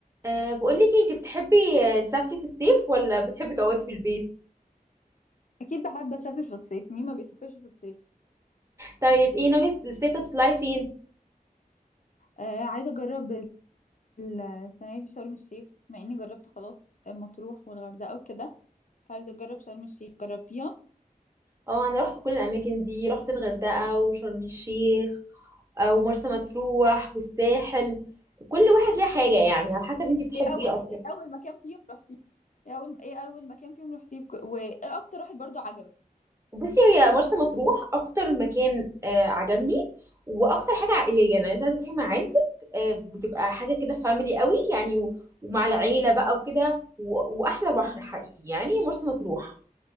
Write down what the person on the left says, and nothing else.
اكيد بحب اسافر في الصيف مين ما بيسافرش في الصيف
آه عايزه اجرب ال- السنه دي شرم الشيخ مع اني جربت خلاص مطروح والغردقه وكده فعايزه اجرب شرم الشيخ جربتيها
ايه اول
ايه
اول مكان فيهم رحتي ايه اول ايه اول مكان فيهم رحتي بك- وايه اكتر واحد برضو عجبك
مم.